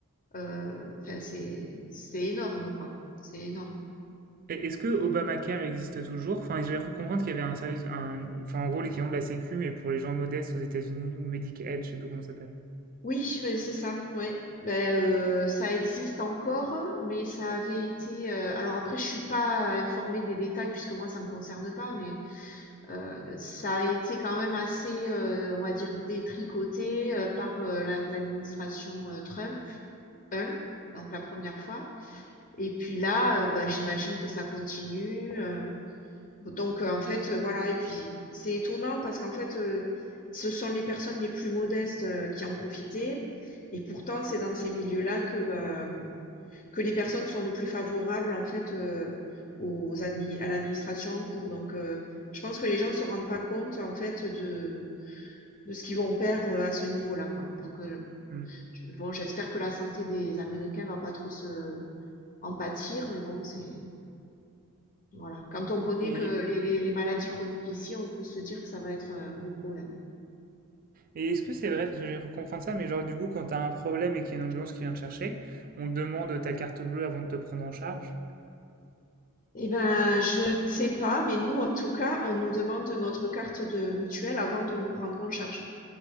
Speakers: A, on the left; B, on the right.
A: heu, enfin, c'est c'est énorme, quoi. C'est énorme.
B: Et est-ce que Obamacare existe toujours Enfin, j'ai cru comprendre qu'il y avait un service, un- enfin en gros l'équivalent de la Sécu, mais pour les gens modestes aux États-Unis, ou Medicaid, je sais plus comment ça s'appelle.
A: Oui, ouais, c'est ça, ouais. Ben, heu, ça existe encore, mais ça avait été, heu alors après je suis pas informée des détails puisque moi ça me concerne pas, mais, heu, ça a été quand même assez, heu, on va dire détricoté, heu, par, heu, la l'administration, heu, Trump, 1, donc la première fois et puis là, heu, bah, j'imagine que ça continue, heu donc, heu, en fait, heu, voilà et puis, c'est étonnant parce qu'en fait, heu, ce sont les personnes les plus modestes, heu, qui en profitaient et pourtant c'est dans ces milieux-là que, hem, que les personnes sont le plus favorables en fait, heu, aux admi à l'administration en cours. Donc, heu, je pense que les gens ne se rendent pas compte en fait de de ce qu'ils vont perdre, à ce niveau-là, quoi. Donc, heu,
B: Hmm.
A: bon j'espère que la santé des Américains va pas trop se en pâtir, mais bon c'est voilà. Quand on connaît
B: Et,
A: que les, les- les maladies chroniques ici, on peut se dire que ça va être un gros problème.
B: et est-ce que c'est vrai, parce que j'ai cru comprendre ça, mais genre du coup quand t'as un problème et qu'il y a une ambulance qui vient te chercher, on te demande ta carte bleue avant de te prendre en charge?
A: Eh ben, je ne sais pas, mais nous, en tout cas, on nous demande notre carte de mutuelle avant de nous prendre en charge.